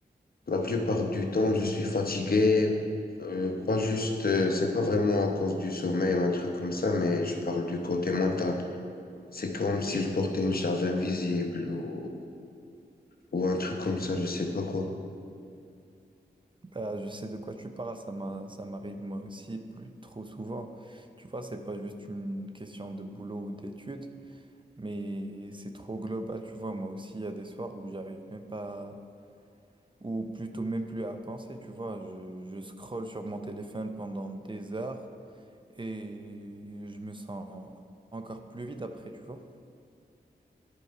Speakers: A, on the left; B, on the right.
A: la plupart du temps, je suis fatigué. euh, pas juste, euh, c'est pas vraiment à cause du sommeil ou un truc comme ça, mais je parle du côté mental. C'est comme si je portais une charge invisible ou, ou un truc comme ça, je sais pas quoi.
B: Bah, je sais de quoi tu parles, ça m'a, ça m'arrive moi aussi plus trop souvent. Tu vois, c'est pas juste une question de boulot ou d'études, mais c'est trop global, tu vois. Moi aussi, il y a des soirs où j'arrive même pas, ou plutôt même plus à penser, tu vois. Je, je scrolle sur mon téléphone pendant des heures et je me sens encore plus vide après, tu vois.